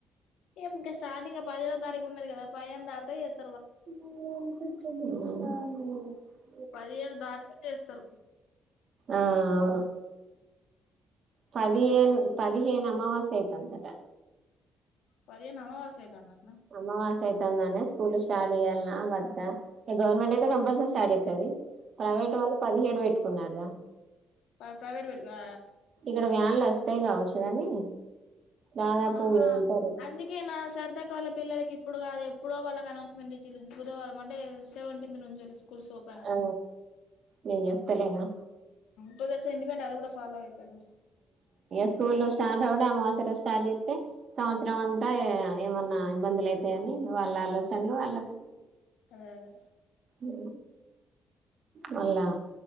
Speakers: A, on the left; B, on the right.
A: ఏ ఇంకా స్టార్టింగ్ పదిహెనో తారీఖ ఉన్నారు కదా అధిహైను దాటిదే చేస్తారు
B: <unintelligible>
A: పదిహేను దాటతే చేస్తారు
B: ఆ అవును పదిహేను పదిహేను అమావాస్య ఐతాందట
A: పదిహేను అమావాస్య అయితాందా
B: అమ్మవాస్ అయితోందని స్కూల్లో స్టార్ట్ చేయాలనా వద్దా ఈ గవర్నమెంట్ అయితే కంపల్సరీ స్టార్ట్ చేస్తది ప్రైవేట్ వాళ్ళు పదిహేడు పెట్టుకున్నారు రా
A: ప్రవేట్ పెట్టుకో
B: ఇక్కడ వ్యాన్లు వస్తాయి కావచ్చు కాని దాదాపు
A: ఆహా
B: వెళ్తారు
A: అందుకేనా సరిత అక్క వాళ్ళ పిల్లలకి ఇప్పుడు కాదు ఎప్పుడో వాళ్ళకి అనౌన్స్మెంట్ ఇచ్చారు బుధవారం అంటే సెవెంటీన్త్ నుంచి అని స్కూల్స్ ఓపెన్ అని
B: ఆ నేను చెప్తలేనా
A: కొందరు సెంటిమెంట్ అది కూడా ఫాలో అయితరులే
B: స్కూల్ స్టార్ట్ అవుడే అమావాస్య కి స్టార్ట్ జేతే సంవత్సరం అంతా ఇగ నా ఇబ్బందులు అయితాయని వాళ్ళ ఆలోచనలు వాళ్ళకు.
A: అదే అదే
B: ఊ మళ్ళా